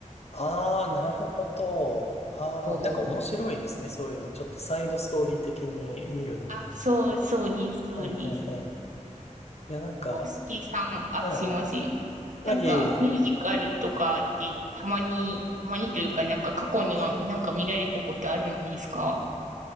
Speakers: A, on the left (about 55°); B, on the right (about 70°).
A: ああ、なるほど。ああ、
B: そう。
A: なんか面白いですね。そういうの。ちょっとサイドストーリー的に見るの。
B: あ、そう、そうです、そうです。
A: はいはいはい。いや、なんか、
B: コウスケさん、あ、
A: はい。
B: すいません。
A: あ、
B: なんか、
A: いえいえ。
B: ミュージカルとかってたまに、たまにというか、なんか過去にはなんか見られたことあるんですか
A: はい。